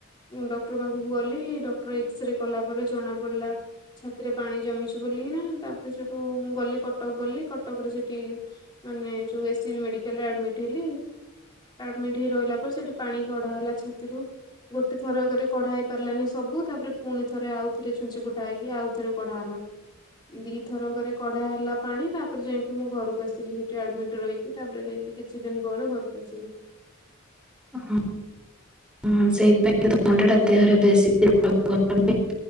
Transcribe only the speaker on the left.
ଉଁ ଡକ୍ଟର ପାଖୁକୁ ଗଲି ଡକ୍ଟର ଏକ୍ସରେ କଲା ପରେ ଜଣା ପଡିଲା। ଛାତିରେ ପାଣି ଜମିଛି ବୋଲିକିନା ତାପରେ ସେଠୁ ମୁଁ ଗଲି କଟକ ଗଲି କଟକରେ ସେଠି ମାନେ ଯୋଉ ଏ ସି ବି ମେଡିକାଲରେ ଆଡମିଟ୍ ହେଲି ଆଡମିଟ୍ ହେଇ ରହିଲା ପରେ ସେଇଠି ପାଣି କଢ଼ା ହେଲା ଛାତିରୁ। ଗୋଟେ ଥରକରେ କଢା ହେଇ ପାରିଲାନି ସବୁ ତାପରେ ପୁଣି ଥରେ ଆଉ ଥରେ ଛୁଞ୍ଚି ଫୁଟା ହେଇକି ଆଉ ଥରେ କଢା ହେଲା। ଦିଥର କରେ କଢା ହେଲା ପାଣି ତାପରେ ଯାଇକି ମୁଁ ଘରକୁ ଆସିଲି ସେଠି ଆଡମିଟ ରହି ତାପରେ ଯାଇକି କିଛି ଦିନ ପରେ ଘରକୁ ଆସିଲି।